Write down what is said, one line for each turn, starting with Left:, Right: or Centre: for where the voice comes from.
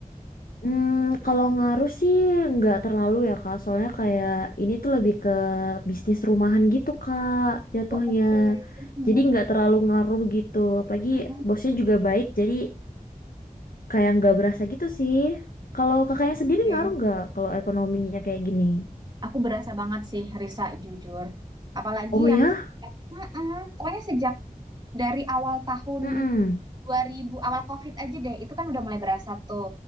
Left: Hmm, kalau ngaruh sih nggak terlalu ya Kak, soalnya kayak ini tuh lebih ke bisnis rumahan gitu Kak jatuhnya.
Right: Oh, oke. Mm-mm,
Left: Jadi nggak terlalu ngaruh gitu, apalagi
Right: mm-mm.
Left: bosnya juga baik, jadi kayak nggak berasa gitu sih. Kalau kakaknya
Right: Oke.
Left: sendiri ngaruh nggak kalau ekonominya kayak gini?
Right: Aku berasa banget sih Risa jujur. Apalagi
Left: Oh ya?
Right: yang sejak, Mm-mm. pokoknya sejak dari awal tahun
Left: Mm-mm.
Right: 2000 awal COVID aja deh itu kan udah mulai berasa tuh.